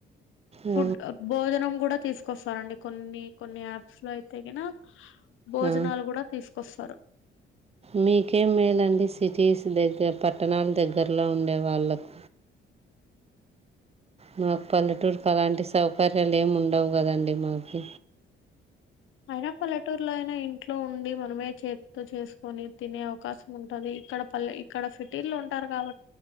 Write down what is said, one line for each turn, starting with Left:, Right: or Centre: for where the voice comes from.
Left: ఫుడ్
Right: ఆ
Left: భోజనం కూడా తీసుకొస్తా కొన్ని కొన్ని యాప్స్లో అయితే గిన భోజనాలు
Right: ఆ
Left: గుడా తీస్కొస్తారు.
Right: మీకేం మేలండి సిటీస్ దగ్గర్ పట్టణాల్ దగ్గర్లో ఉండే వాళ్ళకు
Left: <inaudible>
Right: మాక్ పల్లెటూర్ అలాంటి సౌకర్యాల్ ఏం ఉండవు కదండి మాకు
Left: అయిన పల్లెటూర్లో అయినా ఇంట్లో ఉండి మనమే చేత్తో చేస్కొని తినే అవకాశం ఉంటది. ఇక్కడ పల్లే ఇక్కడ సిటీలో ఉంటార్ కాబ